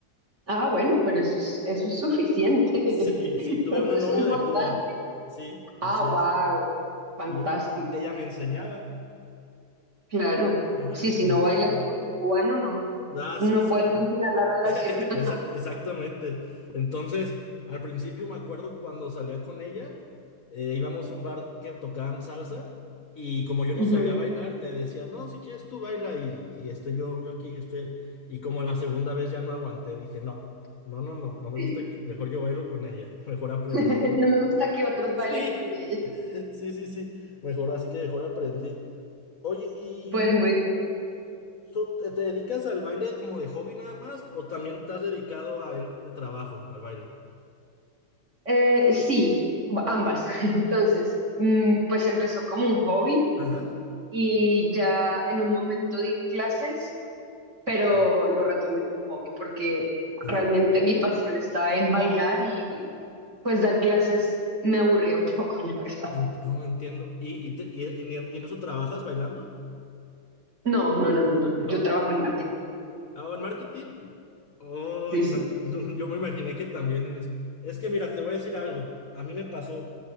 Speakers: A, on the right; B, on the left.
A: Ah, bueno, pero eso es, eso es suficiente.
B: Sí,
A: <laughs>
B: sí, tuve
A: Eso
B: una novia
A: es importante.
B: de Cuba. Sí,
A: Ah,
B: así
A: wow.
B: es.
A: Fantástico.
B: Y ella me enseñaba.
A: Claro.
B: Ajá,
A: Sí,
B: entonces.
A: si no bailas con un cubano, no, no,
B: Ah,
A: no
B: sí, sí.
A: puede funcionar la
B: <laughs>
A: relación.
B: Esa-
A: <laughs>
B: Exactamente. Entonces, al principio me acuerdo cuando salía con ella, eh, íbamos a un bar que tocaban salsa y como yo no
A: Ujú,
B: sabía bailar, le decía, no, si quieres tú baila y, y este, yo, yo aquí estoy. Y como a la segunda vez ya no aguanté, dije, no, no, no, no, no me
A: Sí.
B: gusta, que- mejor yo bailo con ella, <laughs> mejor aprendo.
A: <laughs>
B: <laughs>
A: No me gusta que otros bailen
B: Sí,
A: con ella.
B: sí, sí, sí, mejor así que mejor aprendí. Oye, y
A: Pues muy bien.
B: So, ¿te te dedicas al baile como de hobby nada más? ¿O también estás dedicado a él de trabajo, al baile?
A: Eh, sí, b- ambas. <laughs> Entonces, mm, pues empezó como un hobby
B: Ajá.
A: y ya en un momento di clases pero
B: ok,
A: lo retomé como hobby porque
B: Ajá.
A: realmente mi pasión estaba en bailar y pues dar clases me aburría un poco, <laughs> la verdad.
B: Ent- oh, entiendo. ¿Y, y, te- y- y en y en eso trabajas bailando?
A: No, no, no, no, no, no.
B: ¿No?
A: Yo trabajo en marketing.
B: ¿Ah, en marketing? Oh,
A: Sí,
B: y
A: sí.
B: na- <laughs> yo me imaginé que también en eso. Es que mira, te voy a decir algo. A mí me pasó.